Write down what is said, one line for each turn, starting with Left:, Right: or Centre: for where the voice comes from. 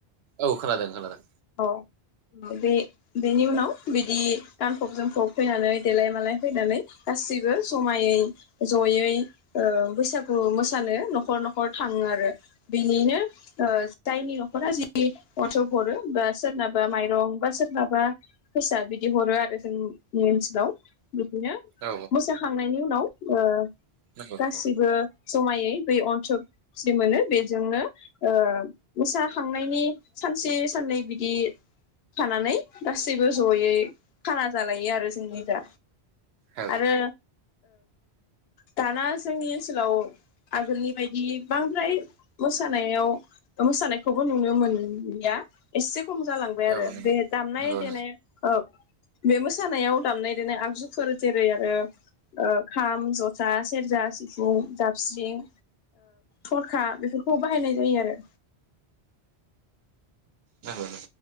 Right: औ खोनादों खोनादों।
Left: बे बेनि उनाव बिदि गानफब जोमफब फैनानै देलाय मालाय फैनानै गासैबो जायै जयै बैसागु मोसानो न'खर न'खर थाङो आरो बिनिनो जायनि न'खरा जि माथौ हरो। होनबा सोरनाबा माइरं बा सोरनाबा फैसा बिदि हरो आरो जोंनि ओनसोलाव बिदिनो
Right: औ
Left: मोसाखांनाय नि उनाव ओ
Right: नंगौ
Left: गासिबो
Right: नंगौ
Left: जमायै बे अनस जि मोनो बेजोंनो ओ मोसाखांनायनि सानसे साननै बिदि थानानै गासैबो ज'यै खाना जालायो आरो जोंनि दा
Right: औ
Left: आरो दाना जोंनि ओनसोलाव आगोलनि बायदि बांद्राय मोसानायाव मोसानायखौबो नुनो मोनलिया। एसे खम जालांबाय आरो
Right: नंगौ
Left: बे दामनाय
Right: नंगौ नंगौ
Left: देनाया औ बे मोसानायाव दामनाय देनाय आगजुफोर जेरै आरो खाम जथा सेरजा सिफुं दाबस्रिं थरखा बेफोरखौ बाहायनाय जायो आरो।
Right: नंगौ।